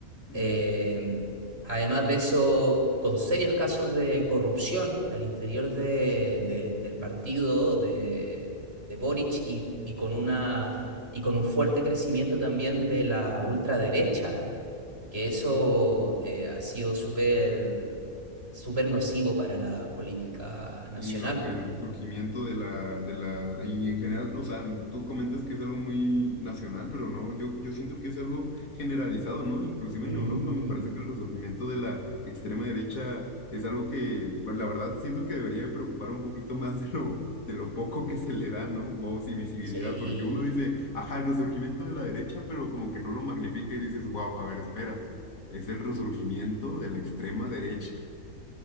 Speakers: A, on the left; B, on the right.
A: Mm.
B: Eh, además de eso, con serios casos de corrupción al interior de, de, del partido de, de Boric y, y, con una, y con un fuerte crecimiento también de la ultraderecha que eso eh, ha sido súper súper nocivo para la política nacional.
A: Y no,
B: po.
A: el resurgimiento de la, de la, y en general, o sea, tú comentas que es algo muy nacional, pero no, yo, yo siento que es algo generalizado, ¿no? Inclusive
B: Mm,
A: en Europa me parece que el resurgimiento de la extrema derecha es algo que, pues, la verdad, siento que debería de preocupar un poquito más de lo, de lo poco que se le da, ¿no? Voz y visibilidad,
B: sí,
A: porque uno dice, ajá, el resurgimiento de la derecha, pero como que no lo magnifica y dices, wow, a ver, espérate, es el resurgimiento de la extrema derecha.